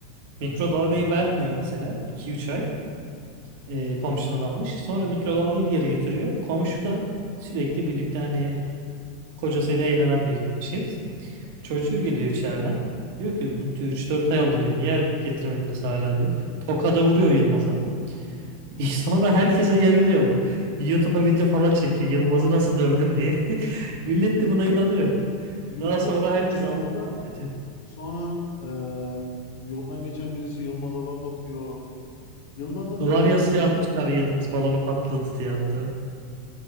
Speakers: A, on the left (about 75°); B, on the right (about 65°).
A: Ben
B: Mikrodalgayı
A: de izledim maçı.
B: vermiyor mesela 2 üç ay e, komşudan almış. Sonra mikrodalgayı geri getiriyor. Komşu da sürekli birlikte hani kocasıyla eğlenen bir çift. Çocuğu geliyor içeriden. Diyor ki bunu diyor üç dört ay oldu diyor. Niye getirmediniz hala diyor. Tokada vuruyor Yılmaz'a. <laughs> Sonra herkese yayılıyor bu. YouTube'a video falan çekiyor. Yılmaz'ı nasıl dövdüm diye. <laughs> Millet de buna inanıyor.
A: YouTube'a
B: Daha sonra
A: video
B: herkes
A: çekiyorlar.
B: Allah affediyor.
A: Sonra e, yoldan geçen birisi Yılmaz'a laf atıyor. Yılmaz'a ne
B: Duvar
A: kötülük.
B: yazısı yazmışlar Yılmaz balonu patladı diye hatta.